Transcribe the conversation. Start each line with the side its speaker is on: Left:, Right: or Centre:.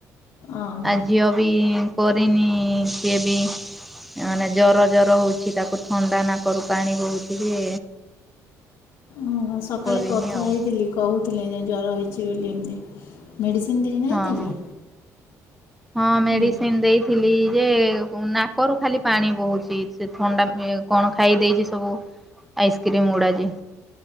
Left: ଓହୋ
Centre: ଆ ଝିଅ ବି କରିନି ସିଏ ବି ମାନେ ଜର ଜର ହଉଛି ତାକୁ ଥଣ୍ଡା ନାକରୁ ପାଣି ବୋହୁଛି ଯେ।
Left: ଓ ହୋ ସକାଳେ
Centre: କରିନି
Left: କଥା
Centre: ଆଉ
Left: ହେଇଥିଲି କହୁ ଥିଲେ ଯେଉଁ ଜର ହୋଇଛି ବୋଲି ଏମିତି ମେଡ଼ିସିନ ଦେଇନାହାନ୍ତି
Centre: ହଁ ହଁ।
Left: କି?
Centre: ହଁ ମେଡିସିନ
Left: ହେଲା
Centre: ଦେଇଥିଲି। ଯେ ନାକରୁ ଖାଲି ପାଣି ବହୁଚି। ସେ ଥଣ୍ଡା କଣ ଖାଇ ଦେଇଚି ସବୁ ଆଇସ୍କ୍ରିମ୍ ଗୁଡା ଯେ